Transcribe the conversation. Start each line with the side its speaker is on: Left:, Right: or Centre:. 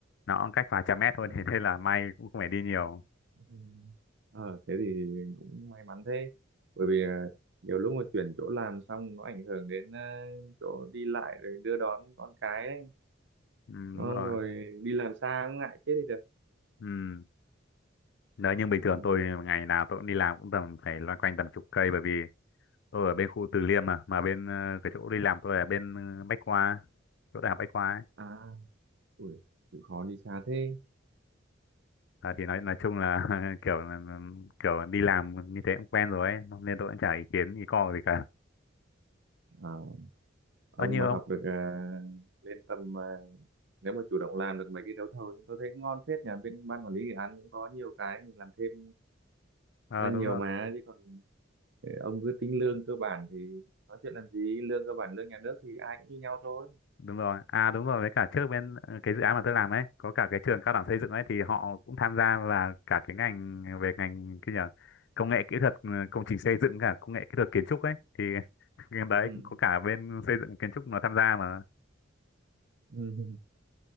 Left: nó cách vài trăm mét thôi
Right: Ừ.
Left: <laughs> thì thế nên là may cũng không phải đi nhiều
Right: ừ. Ờ, thế thì cũng may mắn thế. Bởi vì à, nhiều lúc mà chuyển chỗ làm xong nó ảnh hưởng đến à, chỗ đi lại rồi đưa đón con cái đấy.
Left: ừ,
Right: Đúng
Left: đúng
Right: không?
Left: rồi
Right: Rồi đi làm xa cũng ngại chết đi được.
Left: ừ. Đấy nhưng bình thường
Right: Ừ.
Left: tôi ngày nào tôi cũng đi làm cũng tầm phải loanh quanh tầm chục cây bởi vì tôi ở bên khu Từ Liêm mà mà bên ờ, cái chỗ đi làm tôi ở bên ờ, Bách Khoa chỗ đại học Bách Khoa ấy.
Right: À. Ui, chịu khó đi xa thế.
Left: À, thì nói nói chung là <laughs> kiểu là- là- kiểu đi làm như thế cũng quen rồi ấy nên tôi cũng chả ý kiến ý co gì cả.
Right: À, ông
Left: Ơ như
Right: mà
Left: ông
Right: học được à, lên tầm à, nếu mà chủ động làm được mấy cái đấu thầu thì tôi thấy ngon phết nhà bên ban quản lý dự án cũng có nhiều cái mình làm thêm
Left: ờ,
Right: ra
Left: đúng
Right: nhiều
Left: rồi
Right: mà chứ còn ờ, ông cứ tính lương cơ bản thì nói chuyện làm gì lương cơ bản lương nhà nước thì ai cũng như nhau thôi.
Left: đúng rồi à đúng rồi với cả trước bên ờ, cái dự án mà tôi làm ấy có cả cái trường cao đẳng xây dựng ấy thì họ cũng tham gia và cả cái ngành về ngành cái gì nhỉ? công nghệ kỹ thuật ờ, công trình xây dựng cả công nghệ kỹ thuật kiến trúc ấy thì <laughs> cái đấy
Right: Ừ.
Left: cũng có cả bên xây dựng kiến trúc nó tham gia mà
Right: Ừ. <laughs>